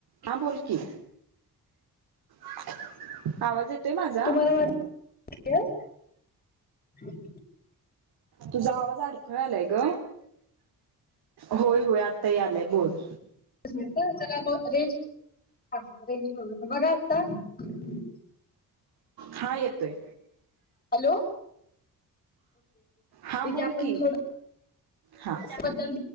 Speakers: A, on the right; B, on the left.
A: हां बोल की. <unintelligible>
B: <unintelligible>
A: माझा तुझा आवाज अडखळालाय ग. होय होय आता यालाय बोल.
B: <unintelligible>
A: हा येतोय.
B: हॅलो,
A: हा बोल
B: आपण
A: की
B: थोड
A: हा
B: बद्दल